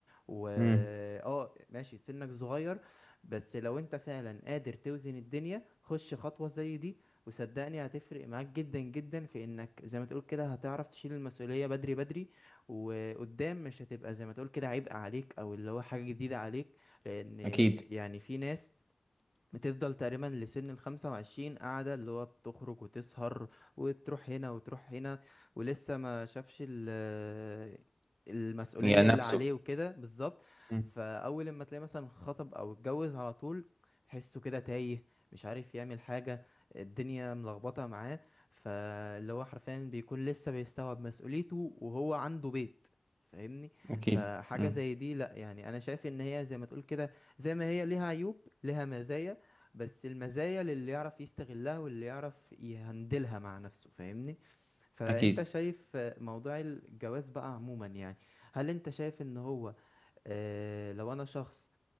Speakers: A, on the left; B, on the right.
A: و
B: مم.
A: اه ماشي سنك صغير بس لو انت فعلا قادر توزن الدنيا خش خطوة زي دي وصدقني هتفرق معاك جدا جدا في انك زي ما تقول كده هتعرف تشيل المسؤولية بدري بدري وقدام مش هتبقى زي ما تقول كده عبء عليك او اللي هو حاجة جديدة عليك لان
B: أكيد
A: يعني في ناس بتفضل تقريبا لسن الخمسة وعشرين قاعدة اللي هو بتخرج وتسهر وتروح هنا وتروح هنا ولسه ما شافش ال- المسؤولية
B: يعني
A: اللي
B: نفسه
A: عليه وكده بالظبط
B: مم.
A: فأول لما تلاقي مثلا خطب أو اتجوز على طول تحسه كده تايه مش عارف يعمل حاجة الدنيا ملخبطة معاه فاللي هو حرفيا بيكون لسه بيستوعب مسؤوليته وهو عنده بيت فاهمني
B: أكيد
A: فحاجة
B: مم.
A: زي دي لا يعني انا شايف ان هي زي ما تقول كده زي ما هي ليها عيوب ليها مزايا بس المزايا للي يعرف يستغلها واللي يعرف يهندلها مع نفسه فاهمني فانت
B: أكيد
A: شايف موضوع الجواز بقى عموما يعني هل انت شايف ان هو آه لو انا شخص